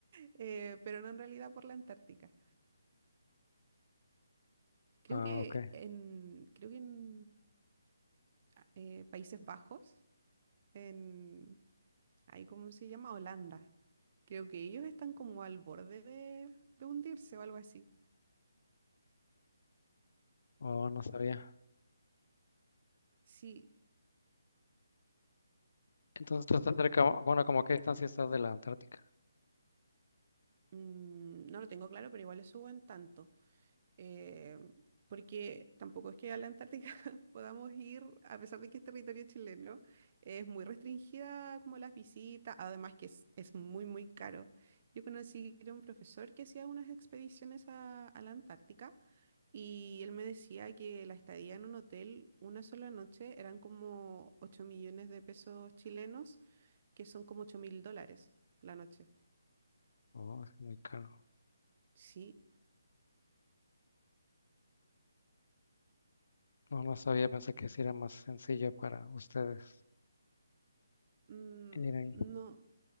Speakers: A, on the right (about 40°); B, on the left (about 60°).
A: eh, pero no en realidad por la Antártica. Creo
B: Ah,
A: que
B: ok.
A: en, creo que en ah, eh, Países Bajos, en, ahí cómo se llama, Holanda. Creo que ellos están como al borde de, de hundirse o algo así.
B: Oh, no sabía.
A: Sí,
B: Entonces tú estás cerca, bueno, como a qué distancia estás de la Antártica.
A: mm, no lo tengo claro, pero igual le suben tanto. eh, porque tampoco es que a la Antártica <laughs> podamos ir, a pesar de que es territorio chileno, es muy restringida como las visitas, además que es, es muy, muy caro. Yo conocí a un profesor que hacía unas expediciones a, a la Antártica y él me decía que la estadía en un hotel una sola noche eran como ocho millones de pesos chilenos, que son como ocho mil dólares la noche.
B: Oh, es muy caro.
A: Sí,
B: No, no sabía, pensé que sí era más sencillo para ustedes
A: mm,
B: ir ahí.
A: no.